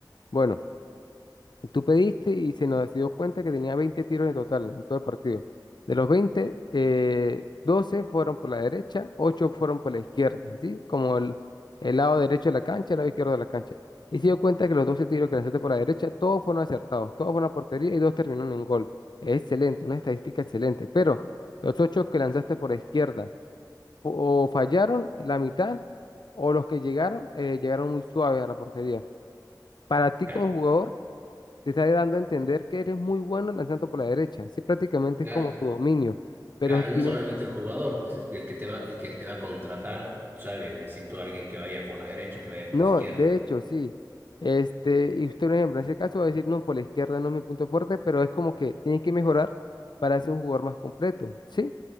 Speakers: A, on the left; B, on the right.
A: Bueno, tú pediste y se nos dio cuenta que tenía 20 tiros en total en todo el partido. De los 20 eh, 12 fueron por la derecha, 8 fueron por la izquierda, ¿sí? Como el, el lado derecho de la cancha, el lado izquierdo de la cancha. Y se dio cuenta que los 12 tiros que lanzaste por la derecha, todos fueron acertados, todos fueron a portería y dos terminaron en gol. Excelente, una estadística excelente. Pero los 8 que lanzaste por la izquierda, o fallaron la mitad o los que llegaron eh, llegaron muy suaves a la portería. Para ti
B: Claro,
A: como jugador, te está dando a entender que eres muy bueno lanzando por la derecha. Sí, prácticamente
B: claro.
A: es como tu dominio, pero
B: Claro,
A: tienes
B: y no solamente
A: que,
B: el jugador, pues es el que te va, el que te va a contratar, sabe, necesito a alguien que vaya por la derecha, que vaya por
A: No,
B: la izquierda.
A: de hecho, sí. Este, y usted, por ejemplo, en ese caso va a decir, no, por la izquierda no es mi punto fuerte, pero es como que tiene que mejorar para ser un jugador más completo, ¿sí?